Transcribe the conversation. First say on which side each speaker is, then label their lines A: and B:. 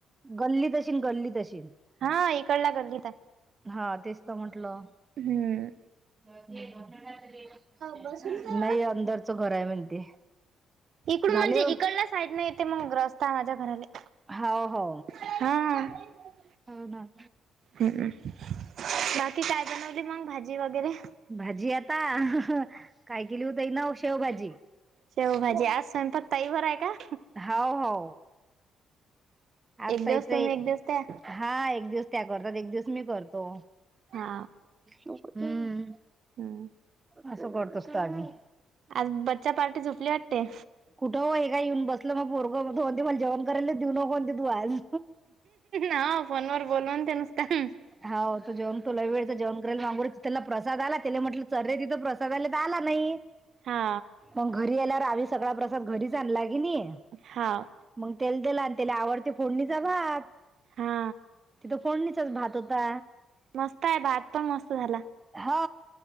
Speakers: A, on the right; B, on the right.
A: गल्ली तशीील गल्ली तशीील.
B: हा इकडला गल्लीत आहे.
A: हा तेच तर म्हंटलं.
B: हम्म.
A: <unintelligible>
B: बसून का
A: नाही अंदरचं घर आहे म्हणते.
B: इकडून
A: झाले
B: म्हणजे
A: हो
B: ईकडल्या साईड न येते मग रस्ता माझ्या घराले.
A: हो हो...
B: हा....
A: हो ना....
B: ह् बाकी काय बनवली मग भाजी वगैरे.
A: भाजी आता ह ह काय केली होत ताईनव शेवभाजी.
B: शेवभाजी आसन फक्त ताई आहे का.
A: हाव हाव
B: एक
A: आजताईच.
B: दिवस तुम्ही एक दिवस त्या
A: हा एक दिवस त्या करतात एक दिवस मी करतो
B: हा
A: हम्म.
B: हम्....
A: असं करत का आम्ही.
B: आज बच्चा पार्टी झोपली वाटते.
A: कुठं ओ हे काय येऊन बसलं म पोरगं तो म्हणते मल जेवण करायलाच देऊ नको म्हणते तू आज.
B: हा फोन वर बोल म्हणते नुसत.
A: हाव तो जेवतो लय वेळचा जेवण करायला मागु राहिला त्याला प्रसाद आला त्याले म्हटलं चल रे तिथं प्रस प्रसादाले त आला नाही.
B: हा
A: मग घरी आल्यावर आम्ही सगळा प्रसाद घरीच आणला की नाही
B: हा
A: मग तेला दिला आणि त्याला आवडते फोडणीचा भात
B: हा
A: तिथ फोडणीचाच भात होता.
B: मस्त आहे भात पण मस्त झाला.
A: हा